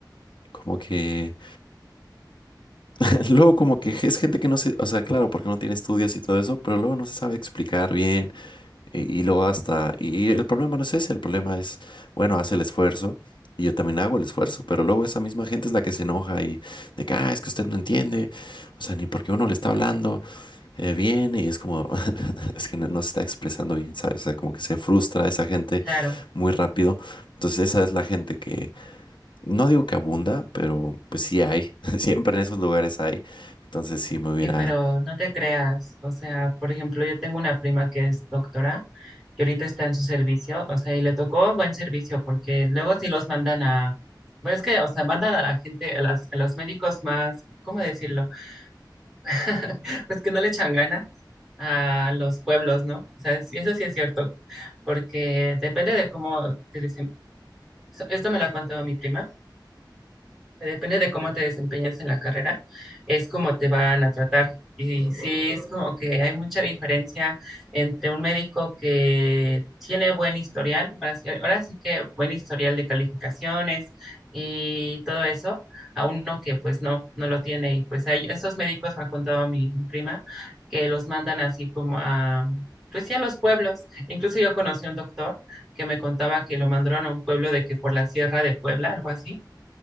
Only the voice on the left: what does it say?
como que, <laughs> luego como que es gente que no se, o sea, claro, porque no tiene estudios y todo eso, pero luego no se sabe explicar bien y, y luego hasta, y, y el problema no es ese, el problema es, bueno, hace el esfuerzo. Y yo también hago el esfuerzo, pero luego esa misma gente es la que se enoja y de que, ah, es que usted no entiende, o sea, ni porque uno le está hablando, eh, viene y es como, <laughs> es que no, no se está expresando bien, ¿sabes? O sea, como que se frustra esa gente
muy rápido. Entonces esa es la gente que, no digo que abunda, pero pues sí hay, <laughs> siempre en esos lugares hay. Entonces sí me hubiera,